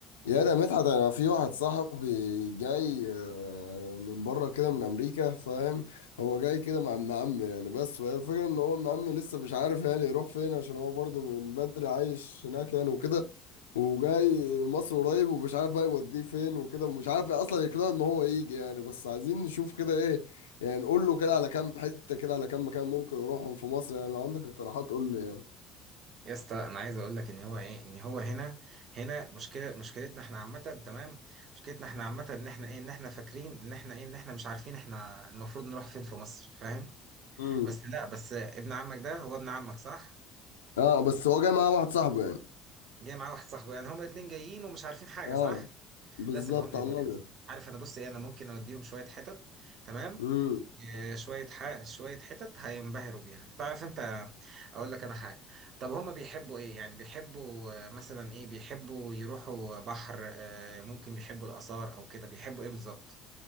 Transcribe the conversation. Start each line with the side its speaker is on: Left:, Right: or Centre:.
Left: يا ده مدحت انا في واحد صاحبي جاي آه، من بره كده من امريكا فاهم هو جاي كده مع ابن عمي يعني بس وهي الفكره ان هو ابن عمي لسه مش عارف يعني يروح فين عشان هو برضه من بدري عايش هناك
Right: مم.
Left: يعني وكده وجاي مصر قريب ومش عارف بقى يوديه فين وكده ومش عارف اصلا يقنعه ان هو يجي يعني بس عايزين نشوف كده ايه يعني نقول له كده على كام حته كده على كام مكان ممكن يروحهم في مصر يعني لو عندك اقتراحات قول لي يعني
Right: يا اسطى انا عايز اقول لك ان هو ايه ان هو هنا هنا مشكله مشكلتنا احنا عامه تمام مشكلتنا احنا عامه ان احنا ايه ان احنا فاكرين ان احنا ايه ان احنا مش عارفين احنا المفروض نروح فين في مصر فاهم
Left: امم
Right: بس لا بس ابن عمك ده هو ابن عمك صح
Left: اه بس هو جاي معاه واحد صاحبه يعني
Right: جاي معاه واحد صاحبه يعني هما اتنين جايين ومش عارفين حاجه
Left: اه
Right: صح
Left: بالظبط
Right: لا سيبهم لي
Left: على
Right: دول
Left: الابيض
Right: يا اسطى عارف انا بص ايه انا ممكن اوديهم شويه حتت تمام
Left: امم
Right: إيه، شوية ح... شوية حتت هينبهروا بيها تعرف انت اقول لك انا حاجة طب هما بيحبوا ايه يعني بيحبوا آه، مثلا ايه بيحبوا يروحوا بحر آه، ممكن بيحبوا الآثار او كده بيحبوا ايه بالظبط